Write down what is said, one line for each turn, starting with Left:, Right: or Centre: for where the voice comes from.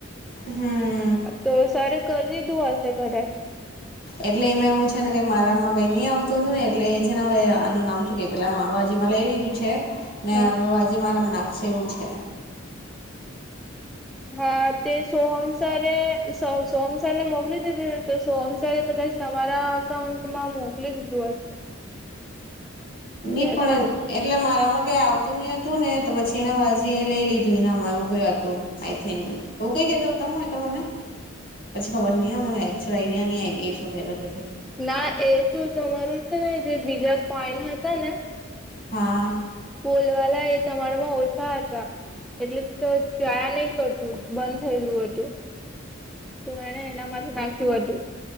Left: હમ.
Centre: તો સરે કરી દીધું હશે કદાચ
Left: એટલે એમાં એવું છે નેઈ મારામાં કઈ નઈ આવતું હતું ને એટલે એ છે ને હવે આનું નામ શું કે. પેલામાં અવાજમાં લઈ લીધું છે ને
Centre: હા
Left: હવે વાજ મારે મનેશે એવું છે.
Centre: હા તે સોહમસરે સોહમસારને મોકલી દીધુંને તો સોહમસરે કદાચ. તમારા અકાઉન્ટમાં મોકલી દીધું હશે.
Left: ની
Centre: કે હતા
Left: પણ એટલે મારામાં કઈ આવતું નહ હતું ને તો પછી એને માજી એ લઈ લીધું એનામાં એવું કય હતું આઈ થિંક. તોું કઈ કતો તું હોય તમને. પછી ખબર નહીં મને એકક્ચઅલ આઈડિયા નહી આવી એ શું.
Centre: ના એ તો તમારું છે ને જે બીજા કોઈન હતા ને
Left: હા.
Centre: બોલવાલા એ તમારામાં ઓછા હતા. એટલે તો ચાન નહીં કરતું બંધ થઈ ગયું હતું. તો એણે એનામાંથી નાખ્યું હતું.